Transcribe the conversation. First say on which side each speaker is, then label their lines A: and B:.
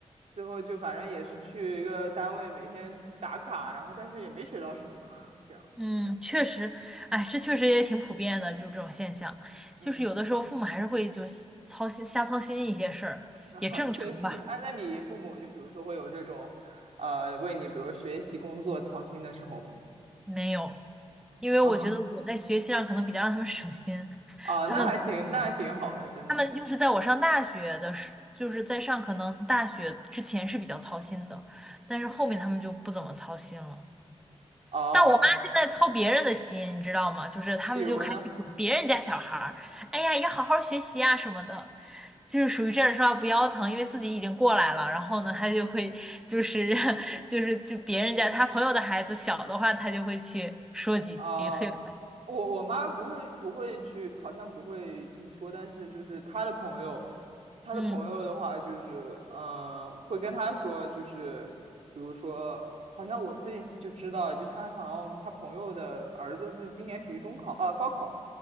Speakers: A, on the right; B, in the centre.
A: 最后就反正也是去一个单位每天打卡，然后但是也没学到什么，<laughs> 这样，
B: 嗯，确实，哎，这确实也挺普遍的，就是这种现象，
A: 嗯，
B: 就是有的时候父母还是会就是操心瞎操心一些事儿，
A: 然后确实，
B: 也正常吧。
A: 哎，那你父母就比如说会有这种，呃，为你比如学习工作操心的时候吗？
B: 没有，因为我觉得我在学习上可能比较让他们省心，
A: <laughs> 啊啊，
B: 他们不太懂，
A: 那还挺那还挺好的，真的。
B: 他们就是在我上大学的时，就是在上可能大学之前是比较操心的，但是后面他们就不怎么操心了。
A: 哦，
B: 但我妈现在操别人的心，你知道吗？就是他们就开始管别人家小孩儿，
A: 比如呢，
B: 哎呀，要好好学习啊什么的，就是属于站着说话不腰疼，因为自己已经过来了。然后呢，他就会就是 <laughs> 就是就别人家他朋友的孩子小的话，他就会去说几句退回
A: 啊、我我妈不会不会去，好像不会这么说，但是就是她的朋友，她的朋友的话，
B: 嗯，
A: 就是嗯、呃会跟她说，就是比如说，好像我最近就知道，就她好像她朋友的儿子是今年体育中考，呃，高考，